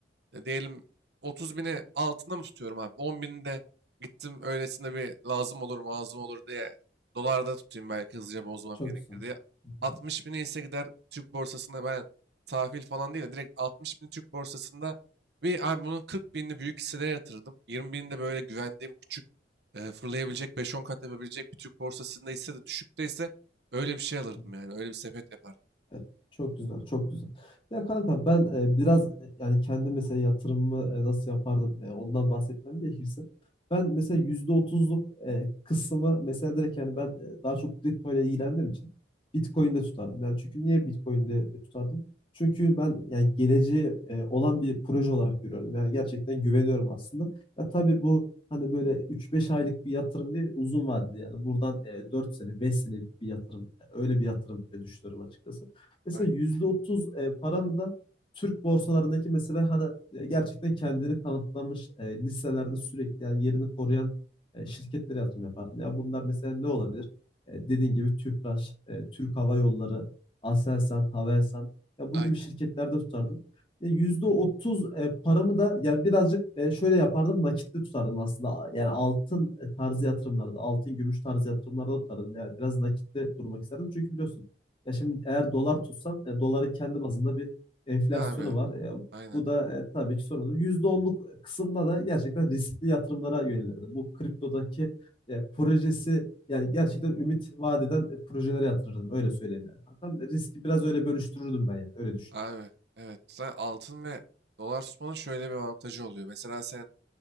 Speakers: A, on the right; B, on the left.
A: e, diyelim 30 bini altında mı tutuyorum abi? 10 bini de gittim öylesine bir lazım olur lazım olur diye dolarda tutayım belki hızlıca bozmam
B: Çok
A: gerekir
B: güzel.
A: diye.
B: Hı hı.
A: 60 bini ise gider Türk borsasında ben tahvil falan değil de direkt 60 bini Türk borsasında bir abi bunun 40 binini büyük hisselere yatırdım. 20 binini de böyle güvendiğim küçük e, fırlayabilecek 5-10 kat yapabilecek bir Türk borsasında ise de düşükteyse öyle bir şey alırdım
B: hı.
A: yani. Öyle bir sepet yapardım.
B: Ya çok güzel, çok güzel. Ya kanka ben e, biraz e, yani kendi mesela yatırımımı e, nasıl yapardım e, ondan bahsetmem gerekirse. Ben mesela %30'luk e, kısmı mesela direkt yani ben e, daha çok kripto ile ilgilendiğim için Bitcoin'de tutardım. Yani çünkü niye Bitcoin'de e, tutardım? Çünkü ben yani geleceği e, olan bir proje olarak görüyorum. Yani gerçekten güveniyorum aslında. Ya tabii bu hani böyle üç beş aylık bir yatırım değil, uzun vadeli yani buradan e, 4 sene, 5 senelik bir yatırım. Yani öyle bir yatırım e, düşünüyorum açıkçası. Mesela
A: Aynen.
B: %30 e, paramı da Türk borsalarındaki mesela hani e, gerçekten kendini kanıtlamış e, listelerde sürekli yani yerini koruyan e, şirketlere yatırım yapardım. Ya bunlar mesela ne olabilir? E, dediğin gibi Tüpraş, e, Türk Hava Yolları, Aselsan, Havelsan ya bu
A: Aynen.
B: gibi şirketlerde tutardım. Ya %30 e, paramı da yani birazcık e, şöyle yapardım nakitli tutardım aslında. Yani altın e, tarzı yatırımlarda, altın gümüş tarzı yatırımlarda tutardım. Yani biraz nakitli durmak isterdim. Çünkü biliyorsun ya şimdi eğer dolar tutsam e, doların kendi bazında bir enflasyonu
A: Bir de Abi
B: var. E,
A: aynen.
B: bu da e, tabii ki sorunlu. yüzde onluk kısımda da gerçekten riskli yatırımlara yönelirdim. Bu kriptodaki e, projesi yani gerçekten ümit vaat eden e, projelere yatırırdım. Öyle söyleyeyim yani. Hatta riski biraz öyle bölüştürürdüm ben yani. Öyle düşünüyorum.
A: Abi evet. Zaten altın ve dolar tutmanın şöyle bir avantajı oluyor. Mesela sen